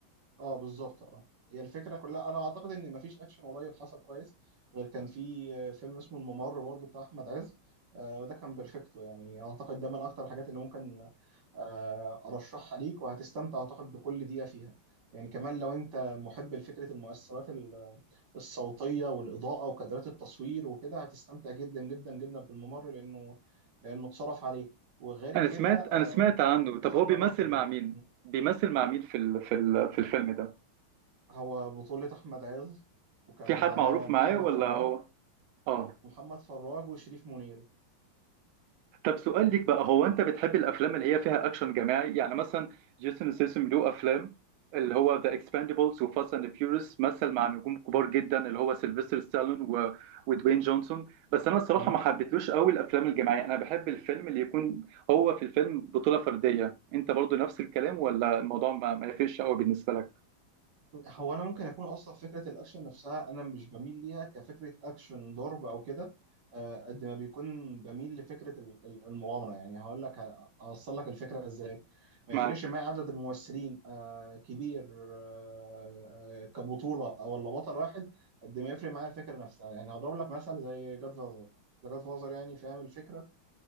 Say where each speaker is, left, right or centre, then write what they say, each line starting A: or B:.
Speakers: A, on the right; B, on the right.
A: اه بالظبط اه هي الفكره كلها انا اعتقد ان مفيش اكشن قريب حصل كويس غير كان في آه، فيلم اسمه الممر برضو بتاع احمد عز آه، وده كان بيرفكتو يعني اعتقد ده من اكتر الحاجات اللي ممكن آه، ارشحها ليك وهتستمتع اعتقد بكل دقيقه فيها يعني كمان لو انت محب لفكره المؤثرات ال- الصوتيه والاضاءه وكادرات التصوير وكده هتستمتع جدا جدا جدا بالممر لانه لانه اتصرف عليه وغير
B: انا
A: كده
B: سمعت
A: آه،
B: انا سمعت عنه
A: الفن
B: طب هو بيمثل
A: راقي جدا
B: مع مين بيمثل مع مين في ال... في ال... في الفيلم ده
A: هو بطولة أحمد عز وكان
B: في
A: معاه
B: حد معروف
A: محمد
B: معاه ولا
A: فراج
B: هو اه
A: ومحمد فراج وشريف منير
B: طب سؤال ليك بقى هو انت بتحب الافلام اللي هي فيها اكشن جماعي يعني مثلا جيسون ستاثام له افلام اللي هو ذا اكسباندبلز وفاست اند فيوريوس مثل مع نجوم كبار
A: م-
B: جدا اللي هو سيلفستر ستالون و... ودوين جونسون بس انا الصراحه
A: م.
B: ما حبيتلوش قوي الافلام الجماعيه انا بحب الفيلم اللي يكون هو في الفيلم بطوله فرديه انت برضو نفس الكلام ولا الموضوع ما, ما يفرقش قوي بالنسبه لك
A: هو أنا ممكن أكون أصلا فكرة الأكشن نفسها أنا مش بميل ليها كفكرة أكشن ضرب أو كده آه، قد ما بيكون بميل لفكرة ال- ال- المغامرة يعني هقول لك ه- هوصل لك الفكرة إزاي ما
B: معاك
A: يفرقش معايا عدد الممثلين آه، كبير آه، آه، كبطولة أو ولا بطل واحد قد ما يفرق معايا الفكرة نفسها يعني هضرب لك مثل زي جاد فازر ذا جاد فازر يعني فاهم الفكرة